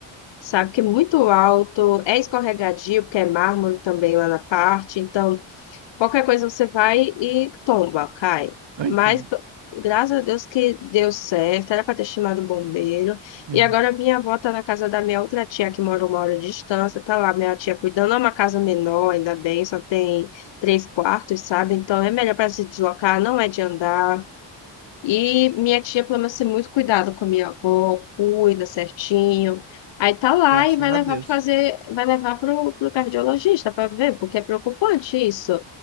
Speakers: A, on the left; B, on the right.
A: sabe? Que é muito alto, é escorregadio, porque é mármore também lá na parte. Então, Qualquer coisa você vai e tomba, cai.
B: eu
A: Mas
B: entendo.
A: p- graças a Deus que deu certo, era para ter chamado o bombeiro.
B: Uhum.
A: E agora minha avó tá na casa da minha outra tia que mora uma hora de distância, tá lá minha tia cuidando, é uma casa menor, ainda bem, só tem três quartos, sabe? Então é melhor para se deslocar, não é de andar. E minha tia planeja ser muito cuidada com a minha avó, cuida certinho. Aí tá lá
B: Graças
A: e vai
B: a
A: levar
B: Deus.
A: para fazer, vai levar pro, pro cardiologista para ver, porque é preocupante isso.